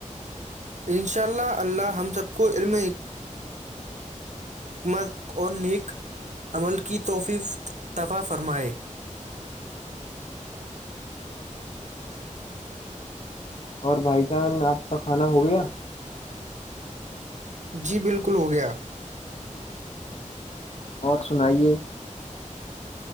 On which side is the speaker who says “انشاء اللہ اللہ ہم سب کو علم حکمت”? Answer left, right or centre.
Right